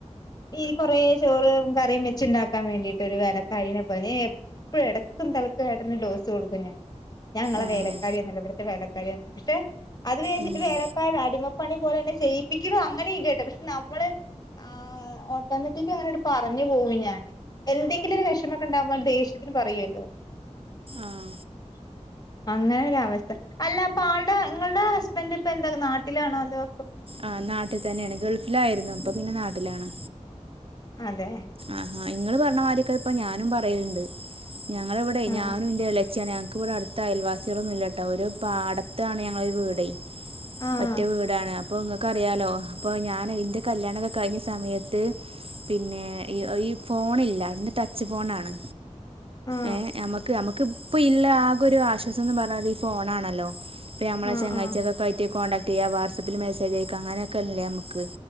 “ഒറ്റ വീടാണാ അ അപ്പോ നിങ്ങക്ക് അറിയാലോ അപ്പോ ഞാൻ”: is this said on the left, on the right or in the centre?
Right